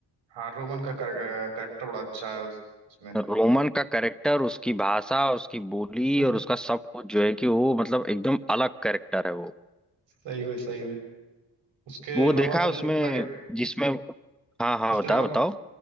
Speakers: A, on the right (about 80°); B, in the centre.
A: हाँ रोमन का करेक्टर बड़ा अच्छा है उसमें
B: रोमन का कैरेक्टर उसकी भाषा उसकी बोली
A: <laughs>
B: और उसका सब कुछ जो है कि वो मतलब एकदम अलग कैरेक्टर है वो
A: सही में सही में उसके
B: वो
A: अलावा
B: देखा
A: तो
B: है
A: मुझे
B: उसमें
A: लगता है कि
B: जिसमें हाँ हाँ
A: उसके
B: बताओ
A: अलावा
B: बताओ